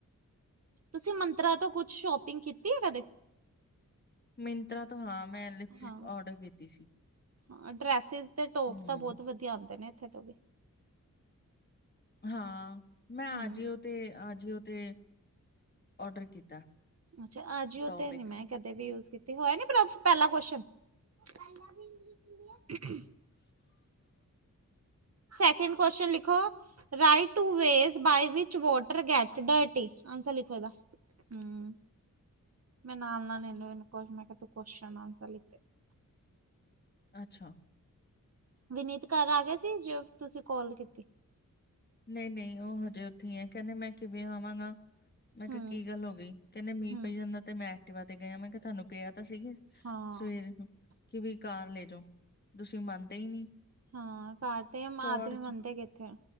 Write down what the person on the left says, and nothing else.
ਮਿੰਤਰਾ ਤੋਂ ਹਾਂ ਮੈਂ। ਲਿਪਸਟਿਕ
ਔਡਰ ਕੀਤੀ ਸੀ।
ਹੂੰ,
ਹਾਂ ਮੈਂ ਆ
ਜਿਓ ਤੇ ਆ ਜਿਓ ਤੇ ਔਡਰ ਕੀਤਾ।
ਟੋਪ
ਇੱਕ,
ਅੱਛਾ।
ਨਹੀਂ ਨਹੀਂ ਉਹ ਹਜੇ ਉੱਥੇ ਹੈ ਕਹਿੰਦੇ ਜੇ ਮੈਂ ਕਿਵੇਂ ਆਵਾਂਗਾ। ਮੈਂ
ਕਿਹਾ ਕੀ ਗੱਲ ਹੋ ਗਈ ਕਹਿੰਦੇ ਮੀਂਹ
ਪਈ ਜਾਂਦਾ ਤੇ ਮੈਂ। ਐਕਟੀਵਾ ਤੇ ਗਏ। ਮੈਂ ਕਿਹਾ ਤੁਹਾਨੂੰ ਕਿਹਾ ਤਾਂ ਸੀ
ਸਵੇਰ ਨੂੰ ਕਿ ਵੀ ਕਾਰ ਲੈ ਜਾਓ। ਤੁਸੀਂ ਮੰਨਦੇ ਹੀ ਨਹੀਂ
ਚੌੜ ਚ